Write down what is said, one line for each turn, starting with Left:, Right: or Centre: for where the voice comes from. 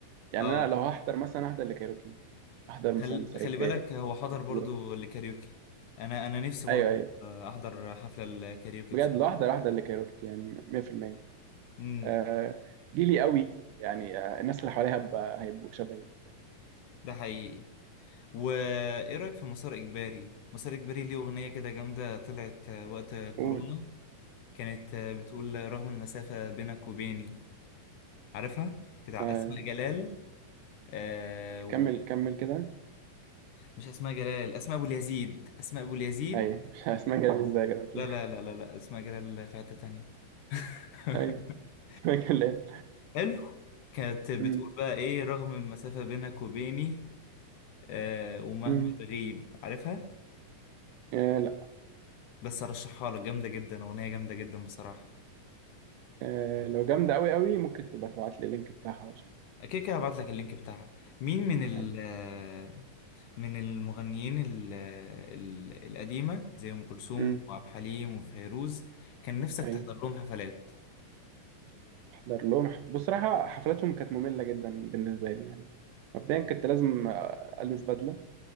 Right: يعني
Left: اه
Right: انا لو هحضر مثلا احضر لكايروكي احضر مثلا
Left: خل...
Right: مصاري
Left: خلي
Right: كباري
Left: بالك هو حضر
Right: اسطوره
Left: برضو لكاريوكي انا انا نفسي برضو
Right: ايوه ايوه
Left: آه، احضر حفلة الكاريوكي
Right: بجد
Left: بصراحة
Right: لو احضر احضر لكايروكي يعني 100%
Left: امم
Right: آه جيلي قوي يعني آه الناس اللي حواليها هب- هيبقوا شبهي
Left: ده حقيقي وايه رايك في مسار اجباري مسار اجباري ليه اغنية كده جامدة طلعت آه، وقت كورونا
Right: قول
Left: كانت آه، بتقول رغم المسافة بينك وبيني عارفها بتاع
Right: آه
Left: اسماء جلال آه و-
Right: كمل كمل كده
Left: مش اسماء جلال اسماء ابو اليزيد اسماء ابو اليزيد
Right: ايوه <laughs> مش اسمها جايب ازاي كده بتقول.
Left: لا لا لا لا لا اسماء جلال في حتة تانية <laughs>
Right: ايوه اسمها الليل
Left: حلو كانت بتقول
Right: امم
Left: بقى ايه رغم المسافة بينك وبيني آه ومهما
Right: امم
Left: تغيب عارفها
Right: آه لا
Left: بس ارشحها لك جامدة جدا اغنية جامدة جدا بصراحة
Right: آه لو جامده قوي قوي ممكن تبقى تبعت لي اللينك بتاعها واشوفها
Left: اكيد كده هبعت لك اللينك بتاعها مين من ال
Right: ايوه
Left: آه، من المغنيين ال آه، ال- القديمة زي ام كلثوم
Right: امم
Left: وعبد الحليم وفيروز كان نفسك
Right: ايوه
Left: تحضر لهم حفلات
Right: احضر لهم ح- بصراحه حفلاتهم كانت ممله جدا بالنسبه لي يعني مبدئيا كنت لازم آه، البس بدله